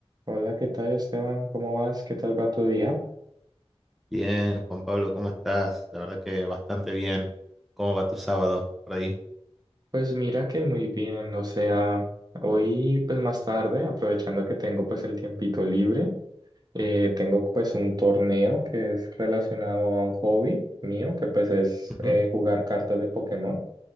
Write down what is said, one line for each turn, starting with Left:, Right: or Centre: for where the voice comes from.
Right: Hola, ¿qué tal Esteban? ¿Cómo vas? ¿Qué tal va tu día?
Centre: Bien, Juan Pablo, ¿cómo estás? La verdad que bastante bien. ¿Cómo va tu sábado por ahí?
Right: Pues mira que muy bien, o sea, hoy pues más tarde, aprovechando que tengo pues el tiempito libre, eh, tengo pues un torneo que es relacionado a un hobby mío, que pues es
Centre: Ujú.
Right: eh, jugar cartas de Pokémon.